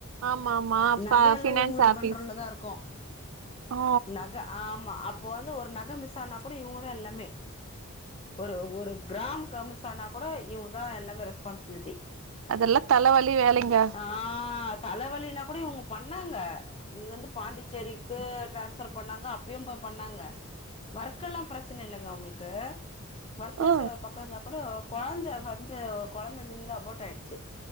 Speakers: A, on the right (about 70°); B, on the left (about 25°).
A: ஆமா ஆமா ஃப
B: நக எல்லா
A: ஃபினான்ஸ்
B: இவங்களோட
A: ஆபீஸ்
B: கண்ட்ரோல்லலதா இருக்கு
A: ஓ
B: நகை ஆமா அப்போ வந்து ஒரு நகை மிஸ் ஆனா கூட இவங்கதா எல்லாமே ஒரு ஒரு கிராம் க மிஸ்ஸான்னா கூட இவங்கதா எல்லாமே ரெஸ்பான்சிபிலிட்டி
A: அதெல்லா தலைவலி வேலைங்க
B: ஆ தலைவலினா கூட இவங்க பண்ணாங்க இங்கிருந்து பாண்டிச்சேரிக்கு டிரான்ஸ்பர் பண்ணாங்க அப்பயும் போய் பண்ணாங்க வோர்க்லாம் பிரச்சனை இல்லைங்க அவங்களுக்கு ஒர்க் பிரசர்
A: ஆ
B: ஒரு பக்க உக்காந்தா கூட கொழந்தை வந்து ஒரு கொழந்தை நின்னு அபாட் ஆயிடுச்சு